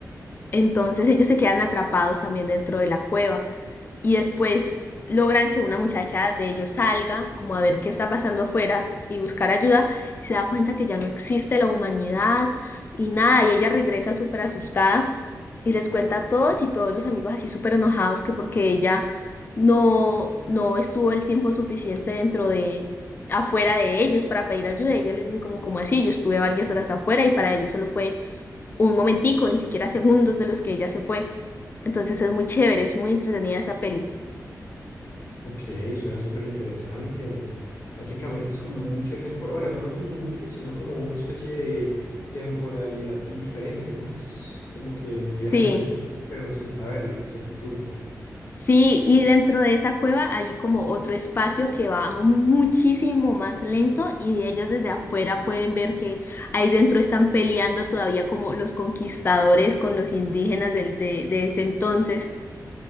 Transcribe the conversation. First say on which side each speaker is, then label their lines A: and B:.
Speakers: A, on the left; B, on the left.
A: Entonces ellos se quedan atrapados también dentro de la cueva y después logran que una muchacha de ellos salga como a ver qué está pasando afuera y buscar ayuda y se da cuenta que ya no existe la humanidad y nada, y ella regresa súper asustada y les cuenta a todos y todos los amigos así súper enojados que porque ella no, no estuvo el tiempo suficiente dentro de, afuera de ellos para pedir ayuda. Y ella les dice como, como así? Yo estuve varias horas afuera y para ellos solo fue un momentico, ni siquiera segundos de los que ella se fue. Entonces es muy chévere, es muy entretenida esa peli.
B: Ok, suena súper interesante. Básicamente es como un bucle temporal, bueno, no como un bucle, sino como una especie de temporalidad diferente, ¿no? Es como que viajan
A: Sí.
B: en el tiempo, pero sin saberlo, hacia el futuro.
A: Sí, y dentro de esa cueva hay como otro espacio que va muchísimo más lento y ellos desde afuera pueden ver que ahí dentro están peleando todavía como los conquistadores con los indígenas del, de, de ese entonces